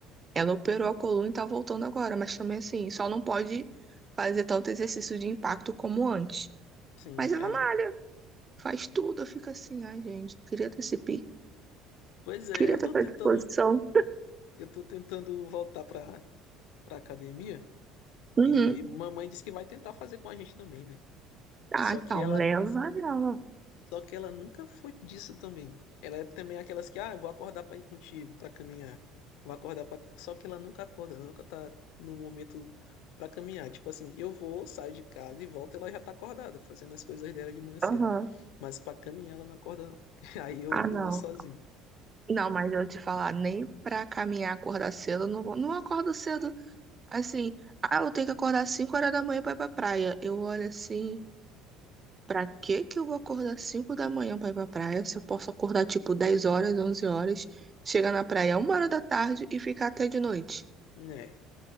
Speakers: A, on the right; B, on the left.
A: Ela operou a coluna e tá voltando agora, mas também assim, só não pode fazer tanto exercício de impacto como antes.
B: sim,
A: Mas ela
B: é.
A: malha, faz tudo, eu fico assim, ai gente, eu queria ter esse pique,
B: Pois é,
A: queria
B: eu
A: ter
B: tô
A: essa
B: tentando,
A: disposição.
B: eu tô tentando voltar pra, pra academia
A: Uhum.
B: e mamãe disse que vai tentar fazer com a gente também, né?
A: Ah,
B: Só
A: então,
B: que ela
A: leva ela.
B: Só que ela nunca foi disso também. Ela é também aquelas que, ah, eu vou acordar pra ir contigo, pra caminhar. Vou acordar pra... Só que ela nunca acorda, ela nunca tá no momento pra caminhar. Tipo assim, eu vou, saio de casa e volto, ela já tá acordada, fazendo as coisas dela de manhã cedo.
A: Aham.
B: Mas pra caminhar ela não acorda, não. <laughs> Aí eu,
A: Ah, não.
B: eu vou sozinho.
A: Não, mas eu te falar, nem pra caminhar, acordar cedo, eu não vou. Não acordo cedo, assim. Ah, eu tenho que acordar 5 horas da manhã pra ir pra praia. Eu olho assim, pra que que eu vou acordar 5 da manhã pra ir pra praia? Se eu posso acordar, tipo, 10 horas, 11 horas, chegar na praia uma hora da tarde e ficar até de noite.
B: Né,